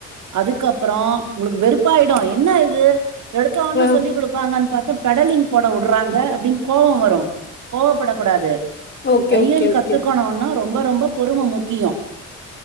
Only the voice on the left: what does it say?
அ,
ஓகே,
ஓகே,
ஓகே.